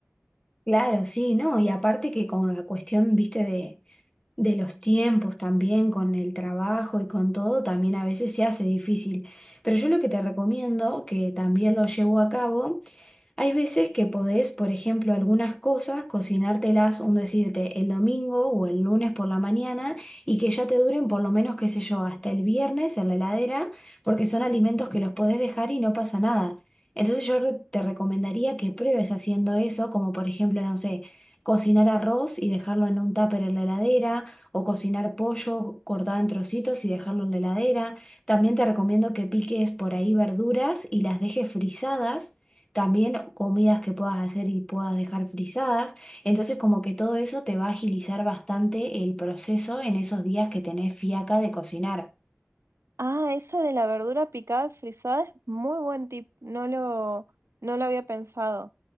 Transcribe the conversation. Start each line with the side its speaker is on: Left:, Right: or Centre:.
Left: Claro, sí, no, y aparte que con la cuestión, viste, de de los tiempos también, con el trabajo y con todo, también a veces se hace difícil. Pero yo lo que te recomiendo, que también lo llevo a cabo, hay veces que podés, por ejemplo, algunas cosas, cocinártelas, un decirte, el domingo o el lunes por la mañana y que ya te duren por lo menos, qué sé yo, hasta el viernes en la heladera, porque son alimentos que los podés dejar y no pasa nada. Entonces yo re- te recomendaría que pruebes haciendo eso, como por ejemplo, no sé, cocinar arroz y dejarlo en un tupper en la heladera, o cocinar pollo cortado en trocitos y dejarlo en la heladera. También te recomiendo que piques por ahí verduras y las dejes frisadas también comidas que puedas hacer y puedas dejar frisadas. Entonces como que todo eso te va a agilizar bastante el proceso en esos días que tenés fiaca de cocinar.
Right: Ah, esa de la verdura picada frisada es muy buen tip. No lo, no lo había pensado.